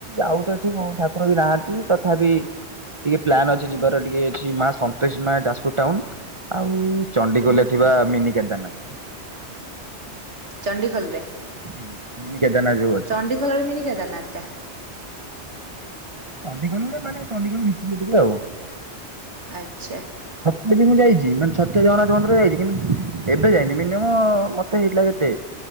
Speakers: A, on the right (about 30°); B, on the right (about 80°).
A: ଆଉ ତ ଏଠି କୋଉ ଠାକୁର ବି ନାହାନ୍ତି ତଥାପି ଟିକେ ପ୍ଲାନ ଅଛି ଯିବାର ଟିକେ ଅଛି ମା ସନ୍ତୋଷୀ ମା ଯାଜପୁର ଟାଉନ ଆଉ ଚଣ୍ଡିଖୋଲରେ
B: ହୁଁ
A: ଥିବା ମିନି କେଦାରନାଥ
B: ଚଣ୍ଡିଖୋଲରେ?
A: ଆଜ୍ଞା ମିନି କେଦାରନାଥ ଯୋଉ ଅଛି।
B: ଚଣ୍ଡିଖୋଲରେ ମିନିକେଦାରନାଥଟା।
A: ଚଣ୍ଡୀଖୋଲରେ ମାନେ ଚଣ୍ଡିଖୋଲ ଭିତରକୁ ଟିକେ ଆଉ
B: ଆଚ୍ଛା।
A: ଛତିଆ ବି ମୁଁ ଯାଇଛି। ମାନେ ଛତିଆ ଜଗନ୍ନାଥ ମନ୍ଦିର ଯାଇଛି। କିନ୍ତୁ ଏବେ ଯାଇନି ମିନିମମ଼ ମତେ ହେଇଥିଲା କେତେ,